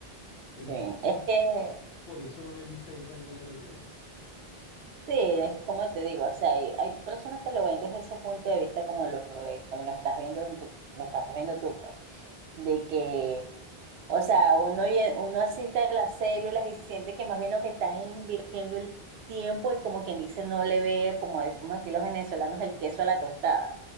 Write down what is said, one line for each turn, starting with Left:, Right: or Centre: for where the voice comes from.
Left: entonces,
Right: Sí. Es que,
Left: por, por eso no me gusta ir también a la iglesia.
Right: sí, es como te digo, o sea, hay, hay personas que lo ven desde ese punto de vista como lo ves, como lo estás viendo en tu, lo estás viendo tú, pues, de que, o sea, uno, y- uno asiste a las células y siente que más bien lo que estás es invirtiendo el tiempo y como quien dice, no le ve, como decimos aquí los venezolanos, el queso a la tostada.